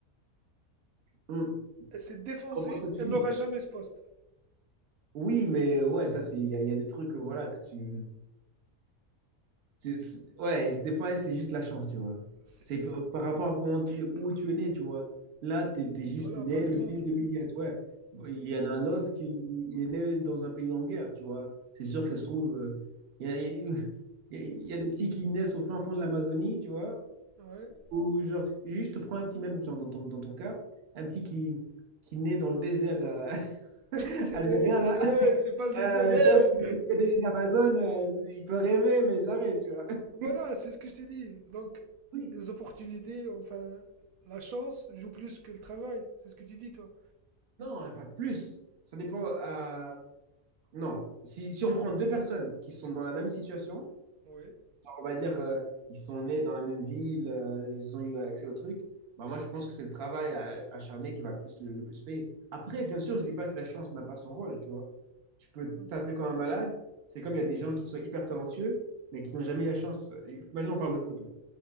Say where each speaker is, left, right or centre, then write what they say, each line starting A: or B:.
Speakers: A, on the right (about 50°); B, on the right (about 80°).
A: Hum, Je
B: elle s'est défoncée,
A: comprends ce que tu
B: elle n'aura
A: dis.
B: jamais ce poste.
A: Oui, mais ouais, ça, c'est, il y, a il y a des trucs, euh, voilà, que tu. c'est- c'est- Ouais, des fois, c'est juste la chance, tu vois.
B: C'est-
A: C'est
B: c'est-
A: par, par rapport à comment tu, où tu es né, tu vois. Là, tu es, juste
B: Voilà,
A: né,
B: par exemple.
A: le fils de Bill Gates, ouais. Il y en a un autre qui il est né dans un pays en guerre, tu vois. C'est sûr que ça se trouve. euh, Il y a, il y a- il y a des petits qui naissent au fin fond de l'Amazonie, tu vois.
B: Ouais.
A: Ou genre, juste prends un petit, même genre, dans ton, dans ton cas, un petit qui, qui naît dans le désert euh,
B: <laughs>
A: <laughs>
B: Hey,
A: algérien, là.
B: hey, c'est pas le désert.
A: Euh,
B: hey.
A: chose que des Amazon, euh, il peut rêver, mais jamais, tu vois. <laughs>
B: Voilà, c'est ce que je t'ai dit. Donc,
A: Oui,
B: les opportunités, enfin, la chance joue plus que le travail. C'est ce que tu dis, toi.
A: non, pas plus. Ça dépend. euh, Non, si, si on prend deux personnes qui sont dans la même situation,
B: Ouais.
A: genre, on va dire euh, ils sont nés dans la même ville, euh, ils ont eu accès au truc, bah, moi je pense que c'est le travail euh, acharné qui va plus, le, le plus payer. Après, bien sûr, je dis pas que la chance n'a pas son rôle, tu vois. Tu peux
B: Ouais.
A: taper comme un malade, c'est comme il y a des gens qui sont hyper talentueux, mais qui n'ont jamais eu la chance. Imagine, on parle de foot là.